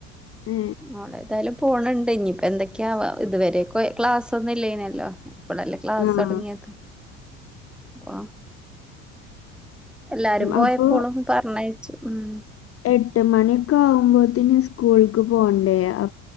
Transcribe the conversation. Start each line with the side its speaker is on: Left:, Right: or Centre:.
Left: ഐ
Centre: ഓളഏതായാലും പോണ് ഇണ്ട് ഇനിയിപ്പോ എന്തൊക്കെയാവേ ഇതുവരെൊക്ക ക്ലാസ് ഒന്നുലേന്ന ല്ലോ. ഇപളല്ലേ ക്ലാസ്
Left: ആഹ്
Centre: ഒടങ്ങിയത് അപ്പ എല്ലാരും പോയപ്പോളും
Left: അപ്പൊ
Centre: പറഞ്ഞയച്ചു ഉം.
Left: എട്ട് മണിയക്കെ ആകുമ്പോത്തിന്ന് സ്കൂൾക്ക് പോണ്ടേ അ